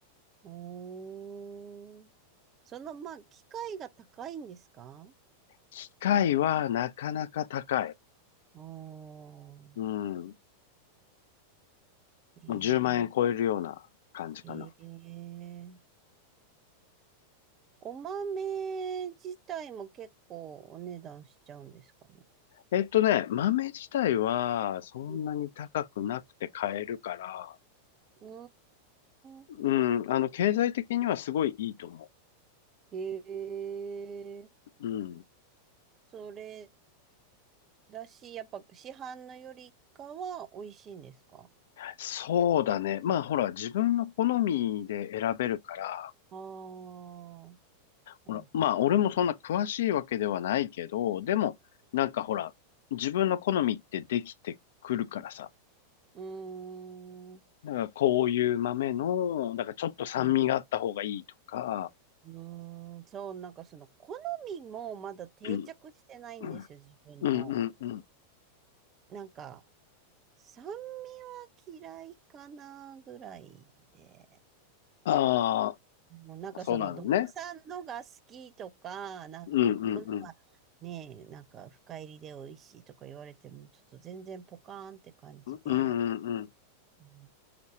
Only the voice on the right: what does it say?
おー。その、まあ、機械が高いんですか
ああー、
え
えええお豆自体も結構お値段しちゃうんですかね。
うーん。
へえ。
それだし、やっぱ市販のよりかは美味しいんですか
ああー。うんうん
うん。うーん。
うんうんそう、なんかその好みもまだ定着してないんですよ、
自分の。
なんか、サンマ嫌いかなぐらいで。
もうなんかその、
どこさんのが好きとか、なんかここのはね、
なんか深入りで美味しいとか言われても、ちょっと全然ポカーンって感じで。
うん